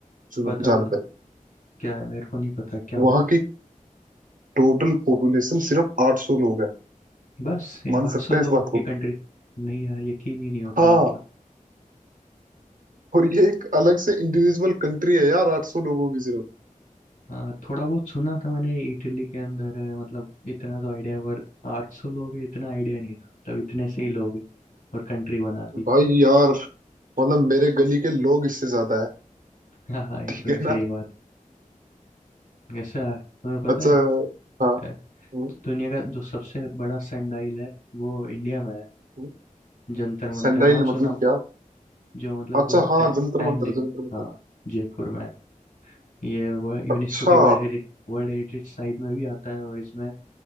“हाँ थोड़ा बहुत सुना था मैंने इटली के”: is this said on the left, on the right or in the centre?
Left